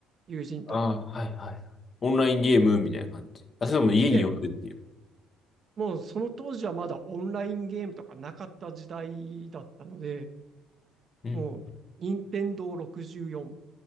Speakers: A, on the right; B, on the left.
A: 友人と。
B: ああー、はいはい。オンラインゲームみたいな感じ。あ、それも家に呼んでっていう。
A: いえ、もうその当時はまだオンラインゲームとかなかった時代だったので、
B: うん。
A: もう、任天堂64っ